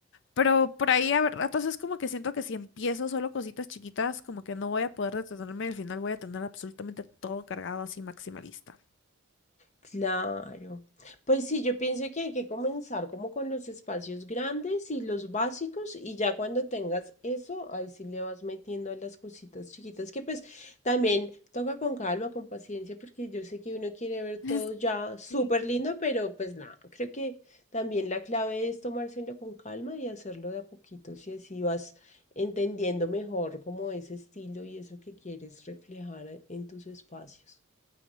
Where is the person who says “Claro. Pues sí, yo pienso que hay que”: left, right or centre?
Left